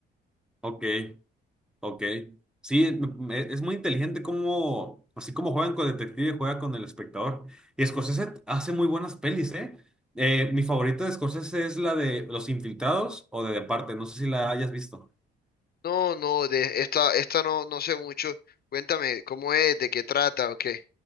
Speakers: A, in the centre; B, on the left.
A: Ok. Ok. Sí, me- es muy inteligente cómo, así como juegan con el detective, juega con el espectador. Y Scorsese hace muy buenas pelis, ¿eh? Eh, mi favorita de Scorsese es la de Los Infiltrados o de Departe, no sé si la hayas visto.
B: No, no, de esta, esta no, no sé mucho. Cuéntame, ¿cómo es? ¿De qué trata? ¿O qué?